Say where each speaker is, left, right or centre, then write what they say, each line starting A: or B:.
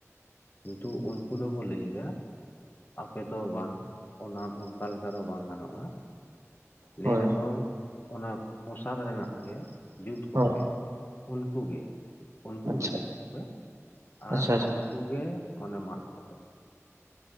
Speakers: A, on the left; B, on the right.
A: ᱠᱤᱱᱛᱩ ᱩᱱᱠᱩ ᱫᱚᱠᱚ ᱞᱟᱹᱭ ᱫᱟ ᱟᱯᱮᱫᱚ ᱵᱟᱝ ᱚᱱᱟ ᱫᱚ ᱚᱱᱠᱟ ᱞᱮᱠᱟ ᱫᱚ ᱵᱟᱝ ᱜᱟᱱᱚᱜᱼᱟ᱾ ᱞᱟᱹᱭ
B: ᱦᱳᱭ
A: ᱫᱟᱠᱚ ᱚᱱᱟ ᱯᱚᱥᱟᱫᱽ ᱨᱮᱱᱟᱜ ᱜᱮ ᱡᱩᱛ ᱠᱚᱯᱮ᱾
B: ᱦᱳᱭ
A: ᱩᱱᱠᱩ ᱜᱮ, ᱩᱱᱠᱩᱜᱮ
B: ᱟᱪᱪᱷᱟ
A: ᱡᱩᱛ ᱠᱚᱯᱮ ᱟᱨ
B: ᱟᱪᱪᱷᱟ
A: ᱩᱱ, ᱩᱱᱠᱩ ᱜᱮ ᱢᱟᱱᱮ ᱢᱟᱜ ᱠᱚᱯᱮ᱾